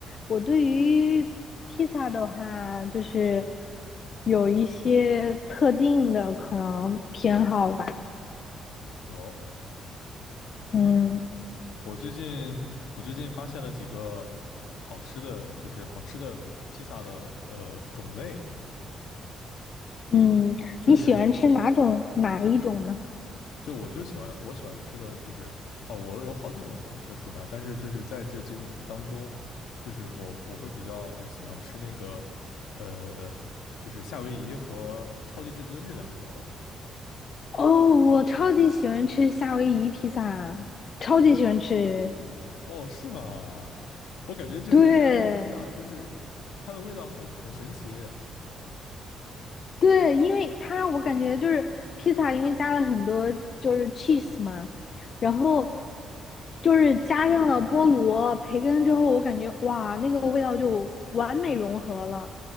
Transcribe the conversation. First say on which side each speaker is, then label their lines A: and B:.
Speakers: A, on the left; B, on the left.
A: 我对于披萨的话，就是有一些特定的可能偏好吧。
B: 哦，
A: 嗯
B: 我最近我最近发现了几个好吃的，就是好吃的披萨的呃种类，
A: 嗯，
B: 就是
A: 你喜欢吃哪种哪一种呢？
B: 就我就喜欢我喜欢吃的就是哦，我有好几种喜欢吃的披萨，但是就是在这几种当中，就是我我会比较呃喜欢吃那个呃就是夏威夷和超级至尊这两种。
A: 哦，我超级喜欢吃夏威夷披萨，超级喜欢吃。
B: 哦，是吗？我感觉就是夏威夷披萨，
A: 对，
B: 就是它的味道很很神奇。
A: 对，因为它我感觉就是披萨，因为加了很多就是 cheese 嘛，然后就是加上了菠萝、培根之后，我感觉哇，那个味道就完美融合了，